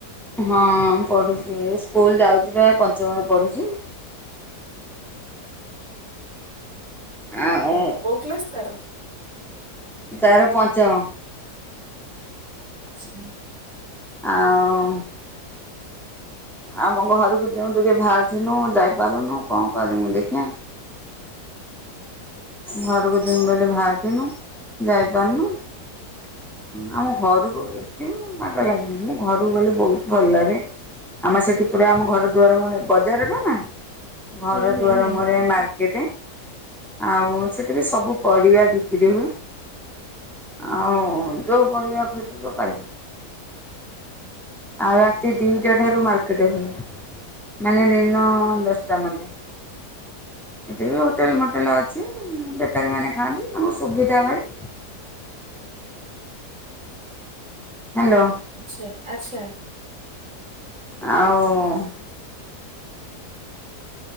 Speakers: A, in the centre; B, on the right (about 45°).
A: ହଁ ପଢ଼ୁଛି ସ୍କୁଲ ଯାଉଛି ବା ପଞ୍ଚମରେ ପଢ଼ୁଛି। ଆଉ
B: ହଁ। କୋଉ କ୍ଲାସ ତାର?
A: ତାର ପଞ୍ଚମ।
B: ଛା।
A: ଆଉ ଆମ ଘରକୁ ଯେଉଁ ଟିକେ ବାହାରିଥିନୁ ଯାଇପାରୁନୁ କଣ କରି ମୁୁ ଦେଖିବା। ଘରକୁ
B: ଆଚ୍ଛା
A: ଯିମି ବୋଲି ବାହାରିଥିଲୁ ଯାଇପାରୁନୁ। ହଁ ଆମ ଘରକୁ ଏଠି ବାଗା ଲାଗେନି ମୁଁ ଘରକୁ ଗଲେ ବହୁତ ଭଲ ଲାଗେ। ଆମେ ସେଠି ପୁରା ଆମ ଘର ଦୁଆର ମୁହଁ ବଜାରଟ ନା। ଘର
B: ହୁଁ ହୁଁ
A: ଦୁଆର
B: ହୁଁ
A: ମୁହଁର ମାର୍କେଟେ। ଆଉ ସେଇଠି ବି ସବୁ ପରିବା ବିକ୍ରି ହୁଏ। ଆଉ ଯୋଉଁ ପରିବା ଖୋଜିବ ପାଇବ। ଆଉ ରାତି ଦିଟା ଠାରୁ ମାର୍କେଟ ହୁଏ। ମାନେ ଦିନ ଦଶଟା ମଧ୍ଯ ଏଠି ବି ହୋଟେଲ ମୋଟେଲ ଅଛି ବେପାରୀମାନେ ଖାଆନ୍ତି ତାଙ୍କୁ ସୁବିଧା ଭାରୀ। ହ୍ୟାଲୋ।
B: ଆଚ୍ଛା ଆଚ୍ଛା।
A: ଆଉ